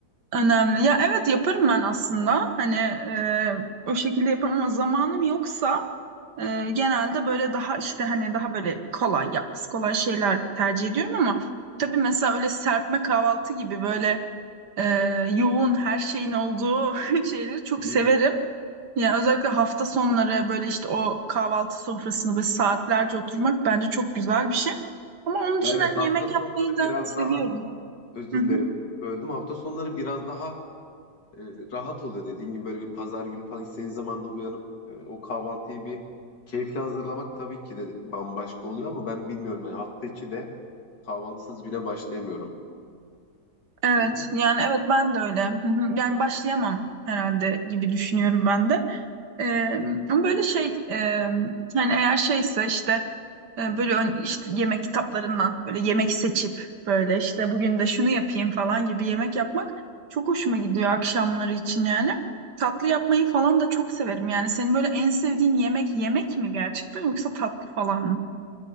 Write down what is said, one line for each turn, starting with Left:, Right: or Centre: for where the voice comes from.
Right: önemli. Ya evet yaparım ben aslında. Hani e, o şekilde yaparım ama zamanım yoksa e, genelde böyle daha işte hani daha böyle kolay yapması kolay şeyler tercih ediyorum ama tabii mesela öyle serpme kahvaltı gibi böyle e, yoğun her şeyin olduğu <laughs> şeyleri çok
Left: Hı.
Right: severim. Yani özellikle hafta sonları böyle işte o kahvaltı sofrasını böyle saatlerce oturmak bence çok güzel bir şey. Ama onun
Left: Ya
Right: dışında
Left: Evet
Right: hani
Left: hafta
Right: yemek
Left: sonları
Right: yapmayı
Left: biraz
Right: da seviyorum.
Left: daha özür
Right: Hı hı.
Left: dilerim böldüm. Hafta sonları biraz daha e, rahat oluyor dediğin gibi böyle bir pazar günü falan istediğin zaman da uyanıp e, o kahvaltıyı bir keyifle hazırlamak tabii ki de bambaşka oluyor ama ben bilmiyorum yani hafta içi de kahvaltısız güne başlayamıyorum.
Right: Evet
Left: Bir de
Right: yani evet ben de öyle. Hı hı. Yani başlayamam herhalde gibi düşünüyorum ben de. Eee, ama böyle şey eee, hani eğer şeyse işte e, böyle ön- işte yemek kitaplarından böyle yemek seçip böyle işte bugün de şunu yapayım falan gibi yemek yapmak çok hoşuma gidiyor akşamları için yani. Tatlı yapmayı falan da çok severim yani. Senin böyle en sevdiğin yemek yemek mi gerçekten yoksa tatlı falan mı?